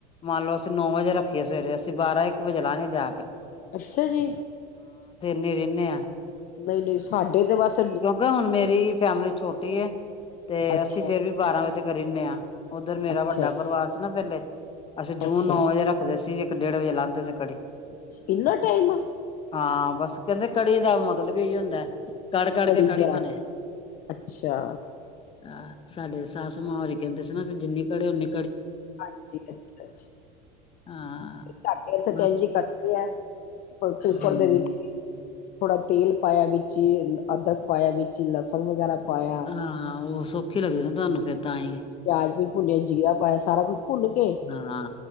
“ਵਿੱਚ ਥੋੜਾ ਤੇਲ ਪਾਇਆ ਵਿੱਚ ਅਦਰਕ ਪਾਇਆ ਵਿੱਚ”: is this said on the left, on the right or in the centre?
Left